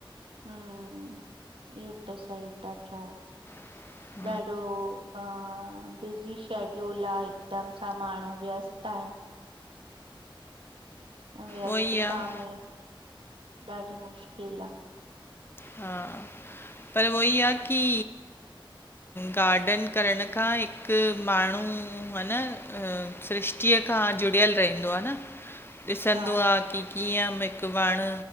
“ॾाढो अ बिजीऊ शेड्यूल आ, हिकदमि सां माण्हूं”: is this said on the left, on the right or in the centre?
Right